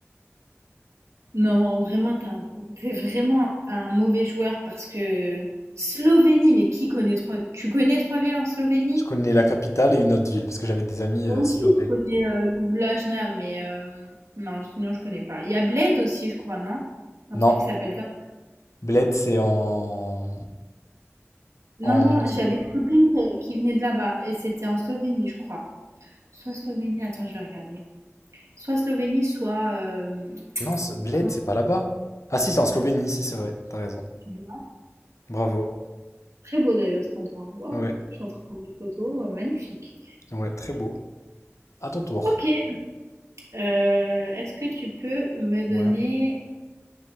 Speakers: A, on the right; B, on the left.
A: Non, vraiment, t'es un- t'es vraiment un mauvais joueur parce que Slovénie, mais qui connaît trois... Tu connais trois villes en Slovénie?
B: Je connais la capitale et une autre ville parce que j'avais des amis euh,
A: Moi
B: slovènes.
A: aussi, je connais euh, Ljubljana, mais euh, non, sinon je connais pas. Il y a Bled aussi, je crois, non? Un
B: Non.
A: truc qui s'appelle comme...
B: Bled, c'est en...
A: Non,
B: en...
A: non, j'avais une copine qui, qui venait de là-bas et c'était en Slovénie, je crois. Soit Slovénie, attends, je vais regarder. Soit Slovénie, soit... euh,
B: Non, c'est- Bled,
A: comment
B: c'est pas là-bas. Ah si, c'est en Slovénie, si c'est vrai, t'as raison.
A: tu dis là
B: Bravo.
A: Très beau d'ailleurs cet endroit. Waouh,
B: Ouais,
A: je suis en train de voir des photos, euh, magnifique.
B: ouais, très beau. À ton tour.
A: Ok, Euh, est-ce que tu peux me donner
B: Ouais.